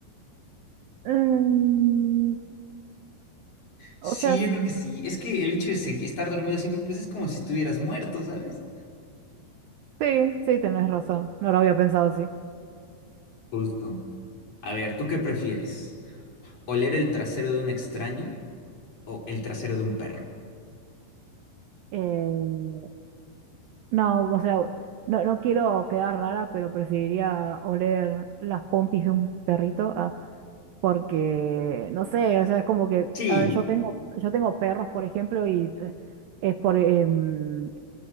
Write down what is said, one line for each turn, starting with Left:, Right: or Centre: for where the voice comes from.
Right: Mm,
Left: Sí,
Right: o sea,
Left: yo creo que sí. Es que el hecho de segui- estar dormido siempre, pues es como si estuvieras muerto, ¿sabes?
Right: sí, sí, tenés razón. No lo había pensado así.
Left: Justo. A ver, ¿tú qué prefieres? ¿Oler el trasero de un extraño o el trasero de un perro?
Right: Eh, No, o sea, no, no quiero quedar rara, pero preferiría oler las pompis de un perrito, ah, porque, no sé, o sea, es como que,
Left: Sí,
Right: a ver, yo tengo, yo tengo perros, por ejemplo, y eh, es por, em,